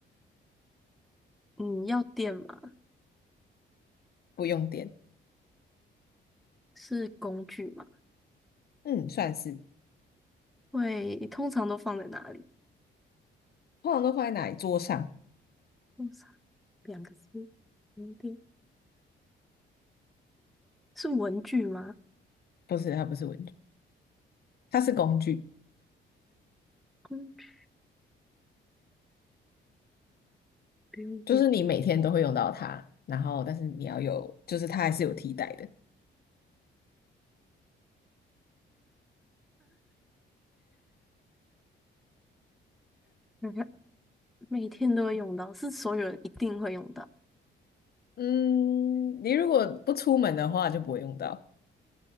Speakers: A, in the centre; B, on the left.
A: 嗯，要电吗？
B: 不用电。
A: 是工具吗？
B: 嗯，算是，
A: 会，通常都放在哪里？
B: 通常都放在哪里？桌上？
A: 通常两个字，不用电。是文具吗？
B: 不是，它不是文具，它是工具，
A: 工具不用电，
B: 就是你每天都会用到它，然后但是你要有，就是它还是有替代的。
A: 想想每天都会用到，是所有人一定会用到。
B: 嗯，你如果不出门的话就不会用到，